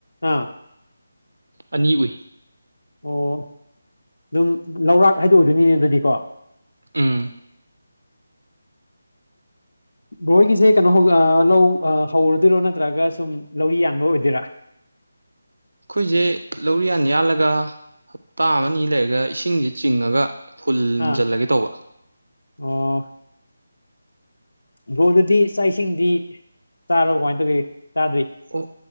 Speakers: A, on the left; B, on the right.
A: ꯑꯥ
B: ꯑꯅꯤ ꯎꯏ
A: ꯑꯣ ꯑꯗꯨꯝ ꯂꯧꯔꯥꯛ ꯍꯥꯏꯗꯣꯛꯑꯣꯏꯗꯣꯏꯅꯤꯅꯦ ꯑꯗꯨꯗꯤꯀꯣ
B: ꯎꯝ
A: ꯕꯣꯏꯒꯤꯁꯦ ꯀꯩꯅꯣ ꯍꯧ ꯂꯧ ꯍꯧꯔꯨꯗꯣꯏꯔꯣ ꯅꯠꯇ꯭ꯔꯒ ꯁꯨꯝ ꯂꯧ ꯌꯥꯟꯕ ꯑꯣꯏꯗꯣꯏꯔꯥ <unintelligible>
B: ꯑꯩꯈꯣꯏꯁꯦ ꯂꯧꯔꯤꯌꯥꯟ ꯌꯥꯜꯂꯒ ꯍꯞꯇꯥ ꯑꯃꯅꯤ ꯂꯩꯔꯒ ꯏꯁꯤꯡꯁꯦ ꯆꯤꯡꯉꯒ ꯍꯨꯜꯖꯤꯜꯂꯒꯦ
A: ꯑꯥ
B: ꯇꯧꯕ
A: ꯑꯣ ꯕ꯭ꯔꯣꯗꯨꯗꯤ ꯆꯥꯛ ꯏꯁꯤꯡꯗꯤ ꯆꯥꯔꯣ ꯀꯃꯥꯏꯅ ꯇꯧꯒꯦ ꯆꯥꯗ꯭ꯔꯤ
B: ꯑꯣ